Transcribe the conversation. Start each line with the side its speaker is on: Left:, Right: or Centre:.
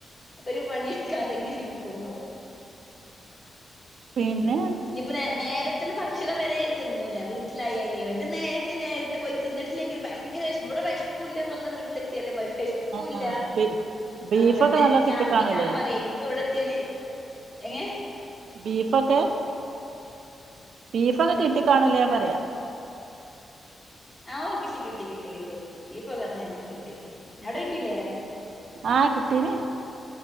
Left: പണിയെടുക്കാതെ ഇങ്ങനെ ഇരിക്കുമ്പോ,
Right: പിന്നെ
Left: ഉം ഇനിയിപ്പോ നേരത് നേരത്തിന് ഭക്ഷണം വരെ തിന്നൂല്ല വീട്ട് ലായാല്ലേ മറ്റ് നേരത്തിന് നേര പിന്നെ പോയി തിന്നിട്ടില്ലെങ്കിൽ ഭയങ്കര വെശപ്പ് ഇവിടെ വെശപ്പും ഇല്ല സ്വന്തം വീട്ടിലെത്തിയാല്ലേ ഭ ശപ്പൂല്ല
Right: ആ ആ ബീ- ബീഫൊക്കെ
Left: ആ മറ്റ്
Right: നല്ല കിട്ടി കാണൂലേ
Left: അപ്പ ഞാൻ പറയാ ഇൻക്ക് ഇവിടെ ത്തിയാല് എങ്ങെനെ
Right: ബീഫൊക്കെ ബീഫൊക്കെ കിട്ടിക്കാണൂലേ പറയാ
Left: ആ ഓ കിട്ടി കിട്ടി ചെയ്യട്ടെ ബീഫൊക്കെ <unintelligible> കിട്ടി ഉം അവിടെ കിട്ടീല്ലേ
Right: ആഹ് കിട്ടീന്